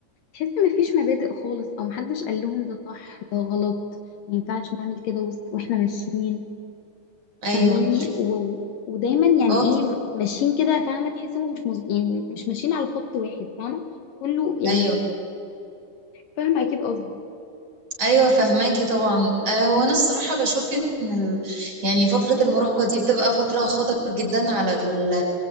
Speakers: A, on the left; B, on the right.
A: تحس مفيش مبادئ خالص او محدش قال لهم ده صح ده غلط ما ينفعش نعمل كده وسط- واحنا ماشيين
B: ايوه
A: فاهميني و... ودايما يعني
B: اه
A: ايه ماشيين كده فاهمة تحس هم مش مز... يعني مش ماشيين على خط واحد فاهمة كله يعني
B: ايوه
A: فاهمة اكيد قصدي
B: ايوه فهماكي طبعا آه، هو انا الصراحه بشوف ان ال... يعني فتره المراهقه دي بتبقى فتره خطر جدا على ال...